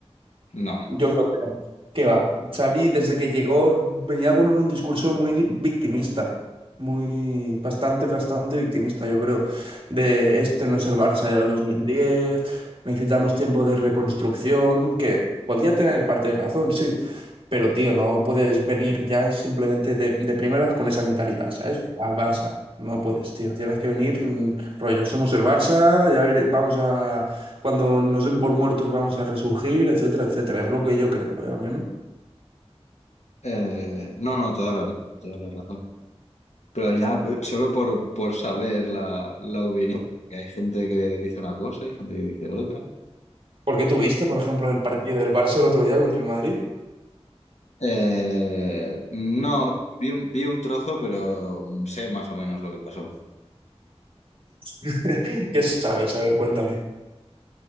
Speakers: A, on the left; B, on the right.
A: No, no.
B: Yo creo que no. ¿Qué va? Xavi, desde que llegó, venía con un discurso muy victimista, muy, bastante, bastante victimista, yo creo, de este no es el Barça del dos mil diez necesitamos tiempo de reconstrucción, que podía tener parte de razón, sí, pero tío, no puedes venir ya simplemente de, de primeras con esa mentalidad, ¿sabes? Al Barça. No puedes, tío. Tienes que venir, mm, rollo, somos el Barça, ya vere- vamos a, cuando nos den por muertos vamos a resurgir, etcétera, etcétera. Es lo que yo creo, ¿eh? al menos.
A: Eh, no, no, toda la, toda la razón. Pero ya pe- solo por, por saber la, la opinión, porque hay gente que dice una cosa y gente que dice otra.
B: Porque tú viste, por ejemplo, el partido del Barça el otro día contra el Madrid.
A: Eh, no, bueno, vi un, vi un trozo, pero sé más o menos lo que pasó.
B: <laughs> ¿Qué sabes? A ver, cuéntame.